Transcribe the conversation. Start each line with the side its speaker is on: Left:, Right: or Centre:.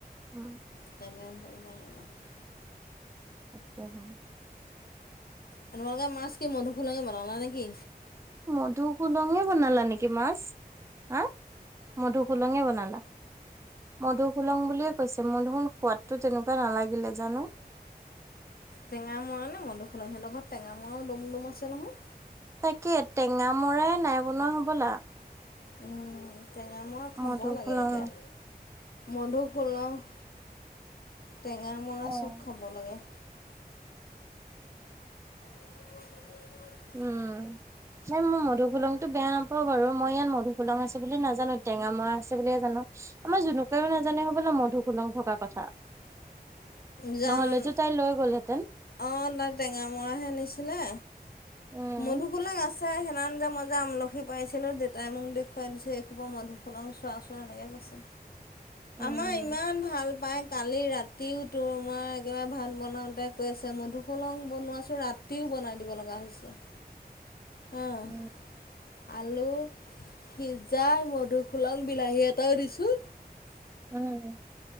Right: উ'ম।
Left: <unintelligible> কৰিব লাগিব।
Right: আত্ছা হয়।
Left: সেনেকা কে মাছ কি মন্ধুখোলাকে বনালা নেকি।
Right: মধু কোদঙে বনালা নেকি মাছ হা। মধুসুলঙে বনালা। মধুসুলং বুলিয়ে কৈছে মধুসন সোৱাদো তেনেকুৱা নালাগিলে জানো।
Left: টেঙা মৰা নে মধুুখুলন সিহঁতৰ ঘৰত টঙা মৰাও দম'ম আছে নহয়।
Right: তাকে টেঙা মৰাই নাই বনোৱা হ'বলা।
Left: উম টেঙা মৰা খাব
Right: মধু
Left: লাগে
Right: খোলং
Left: এতিয়া। মধুসলহ টেঙামৰা
Right: অ'।
Left: চব খাব লাগে। <unintelligible>
Right: উম এ মোৰ মধুফুলনং। টোবেয়া নাপাও বাৰু, মই ইয়াত মধুসুললং আছে বুলি নাজানো, টেঙা মৰা আছে, বুলিয়ে জানো। আমাৰ জোনুকাইও নাজানে হ'বলা মধুসোলং থকা কথা।
Left: জান।
Right: নহ'লেতো তাই লৈ গ'লহেঁতেন।
Left: অ', তাই টেঙা মৰাহে নিছিলে।
Right: উম
Left: মধুসোলাং আছে সেইদিনাখন যে মই যে আমল লখি পাইছিলোঁ দেউতাই মোক দেখুৱাই দিছে, এইখোপা মধুসুলং চোৱা চোন এনেকে কৈছে।
Right: উম
Left: আমাৰ ইমান ভাল পায়, কালি ৰাতিও তোমাৰ একেবাৰে ভাত বনাওঁতে কৈ আছে মধুসুলং বনোৱাছোঁ ৰাতিও বনাই দিব লগা হৈছে। অঁ
Right: উম।
Left: আলু সিজাই মধুসোলং বিলাহী এটাও দিছোঁ।
Right: উম।